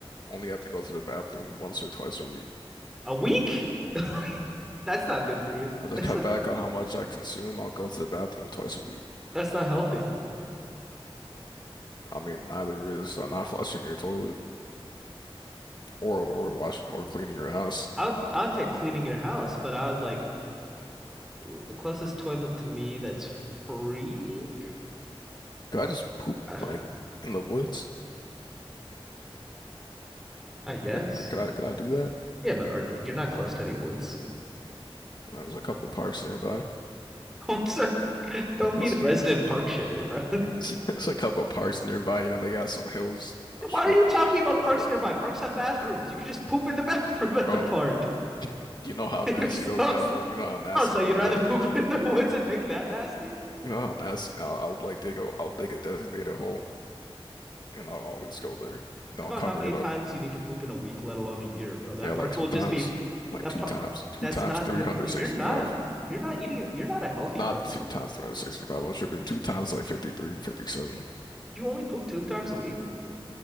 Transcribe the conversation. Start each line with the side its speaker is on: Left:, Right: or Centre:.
Left: only have to go to the bathroom once or twice a week.
Centre: A week? <laughs> That's not good for you.
Left: I'll just
Centre: That's
Left: cut
Centre: not,
Left: back on how much I consume. I'll go to the bathroom twice a week.
Centre: that's not healthy.
Left: I mean, neither is uh, not flushing your toilet or or wash or cleaning your house.
Centre: I would I would take cleaning your house, but I would like ooh, the closest toilet to me that's free, <sighs>
Left: Could I just poop
Centre: Uh,
Left: like in the woods?
Centre: I guess.
Left: Could, could I could I do that?
Centre: Yeah, but are, you're not close to any woods.
Left: Uh, there's a couple parks nearby.
Centre: <laughs> Don't s- don't
Left: <laughs>
Centre: be
Left: Yes.
Centre: the resident park shitter, bro.
Left: <laughs> There's a couple of parks nearby. You know, they got some hills.
Centre: <laughs> Why
Left: I'm sure
Centre: are you
Left: they're you
Centre: talking
Left: know,
Centre: about
Left: up
Centre: parks
Left: there.
Centre: nearby? Parks have bathrooms. You could just poop in the <laughs> bathroom at
Left: Bro,
Centre: the park.
Left: you know how
Centre: <laughs>
Left: nasty
Centre: You're so
Left: those bathrooms, you know how nasty
Centre: oh, so
Left: those
Centre: you'd
Left: bathrooms
Centre: rather poop
Left: are.
Centre: <laughs> in the woods and make that nasty?
Left: You know how nasty. I'll, I'll like dig a, I'll dig a designated hole, and I'll always go there.
Centre: Think
Left: Then
Centre: about
Left: I'll cover
Centre: how many
Left: it
Centre: times
Left: up.
Centre: you need to poop in a week, let alone a year, bro. That
Left: Yeah,
Centre: park
Left: like two
Centre: will just
Left: times,
Centre: be
Left: like
Centre: that
Left: two
Centre: park.
Left: times, two
Centre: That's
Left: times
Centre: not
Left: 365.
Centre: good. Or you're not. You're not eating. You're not a healthy
Left: Not
Centre: person.
Left: two times 365. I'm tripping. Two times like fifty-three, fifty-seven,
Centre: You only poop two times a week,